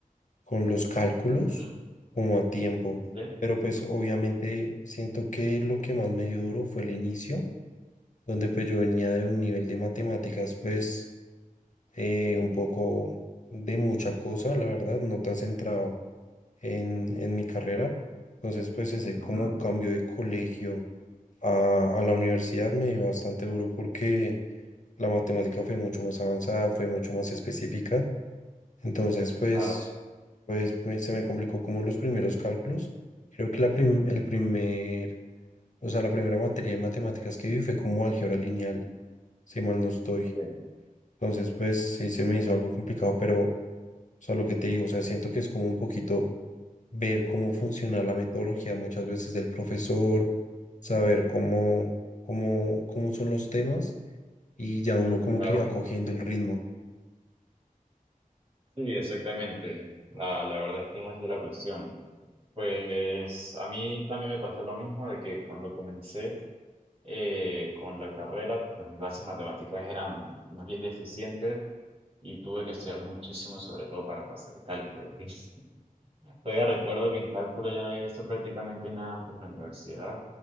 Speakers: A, on the left; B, on the right.
A: con los cálculos
B: Ujú,
A: como a tiempo.
B: Sí.
A: Pero pues obviamente siento que lo que más me dio duro fue el inicio, donde pues yo venía de un nivel de matemáticas pues eh, un poco de mucha cosa, la verdad, no tan centrado en, en mi carrera. Entonces, pues ese
B: Ujú,
A: como cambio de colegio a, a la universidad me dio bastante duro porque la matemática fue mucho más avanzada, fue mucho más específica. Entonces, pues,
B: Claro.
A: pues me- se me complicó como los primeros cálculos. Creo que la prim- el
B: ujú,
A: primer, o sea, la primera materia de matemáticas que vi fue como álgebra lineal, si mal no estoy.
B: Sí.
A: Entonces, pues sí se me hizo algo complicado, pero, o sea, lo que te digo, o sea, siento que es como un poquito ver cómo funciona la metodología muchas veces del profesor, saber cómo, cómo, cómo son los temas y ya uno como
B: Claro.
A: que le va cogiendo el ritmo.
B: Sí, exactamente. La, la verdad es que es así la cuestión. Pues a mí también me pasó lo mismo de que cuando comencé eh, con la carrera, pues mis bases matemáticas eran más bien deficientes y tuve que estudiar muchísimo, sobre todo para pasar cálculo. <laughs> Todavía recuerdo que en cálculo ya no había visto prácticamente nada antes de la universidad